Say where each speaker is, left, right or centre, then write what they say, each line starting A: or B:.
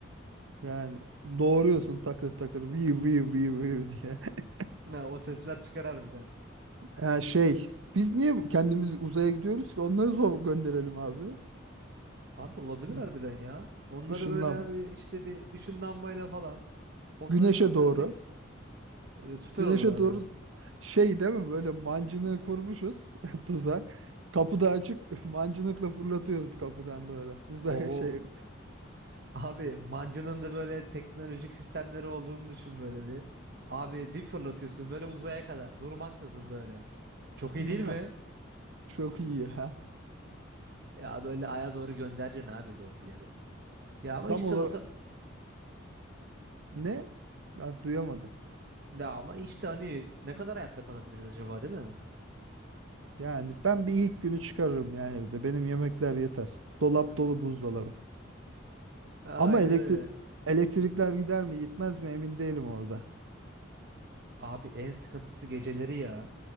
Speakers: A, on the right (about 80°); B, on the right (about 50°).
A: yani doğuruyorsun takır takır vi vi vi vi diye. <laughs>
B: Ne, o sesler çıkar harbiden.
A: Yani şey biz niye bu- kendimiz uzaya gidiyoruz ki? Onları zor gönderelim abi.
B: Abi olabilir
A: Hı,
B: harbiden ya. Onları
A: Işınlan.
B: böyle abi işte bir ışınlanmayla falan onları
A: Güneşe
B: göndersek
A: doğru.
B: e, süper
A: Güneşe
B: olur harbiden.
A: doğru şey değil mi? Böyle mancınığı kurmuşuz <laughs> tuzak. Kapı da açık. <laughs> Mancınıkla fırlatıyoruz kapıdan doğru. Uzay
B: O bu
A: şey.
B: abi mancının da böyle teknolojik sistemleri olduğunu düşün böyle bir. Abi bir fırlatıyorsun böyle uzaya kadar durmaksızın böyle. Çok
A: <laughs>
B: iyi değil mi?
A: Çok iyi ya.
B: Ya böyle aya doğru göndereceksin abi zombileri. Ya ama
A: Tam
B: işte
A: olarak
B: o tar-
A: ne? Ben duyamadım.
B: ya ama işte hani ne kadar hayatta kalabiliriz acaba değil mi?
A: Yani ben bir ilk günü çıkarırım yani evde. Benim yemekler yeter. Dolap dolu buzdolabı.
B: Aynen
A: Ama elektrik
B: öyle.
A: elektrikler gider mi gitmez mi emin değilim orada.
B: Abi en sıkıntısı geceleri ya.